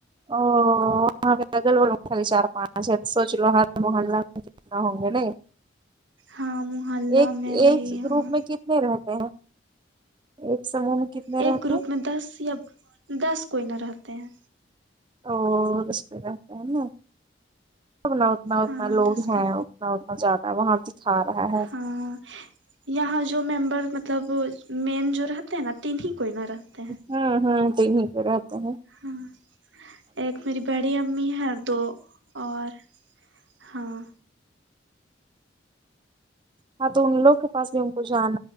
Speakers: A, on the right; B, on the right.
A: او اگل بگل ہے چار پناچ ہے سوچ لو محلہ میں جتنا ہوں گے نے
B: ہاں محلہ
A: ایک
B: میں وہی
A: ایک
B: ہاں
A: گروپ میں کت تے رہتے ہیں ایک سمے میں کتنے
B: ایک
A: رہتے
B: گروپ
A: ہیں
B: میں دس یا دس کوئ نا رہتے ہیں
A: اور اس کو رہتا ہیں نا اتنا اتنا اتنا
B: ہاں
A: لوگ
B: دس
A: ہیں
B: کوئی
A: اتنا اتنا جیادہ ہے وہاں بھی کھا رہا ہے
B: ہاں یہاں جو ممبر مطلب میم جو رہتے ہیں نا تین ہی کوئی نا رہتے ہیں
A: ہمم ہمم تین ہی تو رہتے ہے
B: ہاں ایک میری بڑی امی ہے دو اور ہاں
A: ہاں تو ان لوگ کے پاس بھی ان کو جان